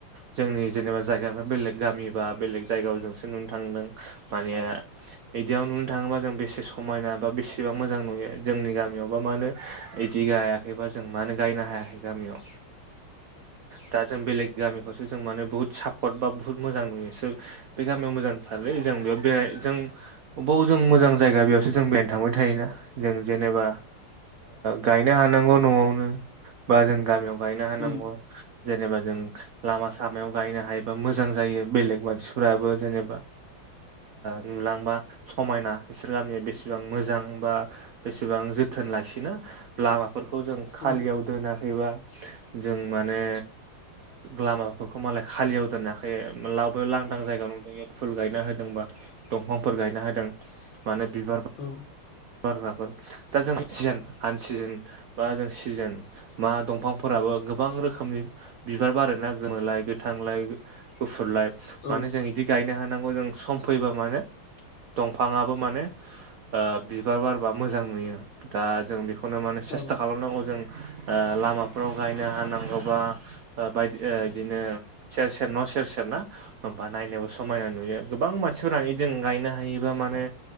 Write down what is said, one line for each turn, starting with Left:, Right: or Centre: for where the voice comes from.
Right: जोंनि जेनेबा जायगानिफ्राय बेलेग गामि बा बेलेग जायगायाव जोंसो नुनो थांदों माने बिदियाव नुनो थाङोबा जों बेसे समायना बा बेसेबां मोजां नुयो जोंनि गामियावबा मा होनो बिदि गाया बेबा जों मानो गायनो हायाखै गामियाव दा जों बेलेग गामिखौसो जों माने बुहुत सापर्ट बा बुहुत मोजां नुयो बे गामियाव मोजांथारलै जों बेयाव बेराय जों बबाव जों मोजां जायगा बेयावसो जों बेनो थांबाय थायोना जों जेनेबा गायनो हानांगौ न'आवनो बा जों गामियाव गायनो हानांगौ
Left: उम
Right: जेनेबा जों लामा सामायाव गायनो हायोबा मोजां जायो बेलेग मानसिफोराबो जेनेबा नुलांबा समायना बिसोर गामिया बेसेबां मोजां बा बेसेबां जोथोन लाखिना लामा बेफोरखौ जों खालियाव
Left: उम
Right: दोनाखैबा जों माने लामाफोरखौ मालाय खालियाव दोनाखै लाबायाव लांदां जायगायाव नुदों बेयाव फुल गायना होदोंबा दंफांफोर गायना होदों माने बिबार
Left: औ
Right: बारग्राफोर दा जों सिजोन आन सिजोन बा जों सिजोन मा दंफांफोराबो गोबां रोखोमनि बिबार बारोना गोनोलाय गोथांलाय गुफुरलाइ
Left: औ
Right: मानोे जों बिदि गायनो हानांगौ जों सम फैबा मानो दंफाङआबो माने ओ बिबार बारबा मोजां नुयो दा जों बेखौनो माने सेस्था
Left: औ
Right: खालामनांगौ जों लामाफोराव गायनो हानांगौबा बायदि बिदिनो सेर सेर न' सेर सेर ना होमबा नायनोबो समायना नुयो गोबां मानसिफोरानो जों गायनो हायोबा माने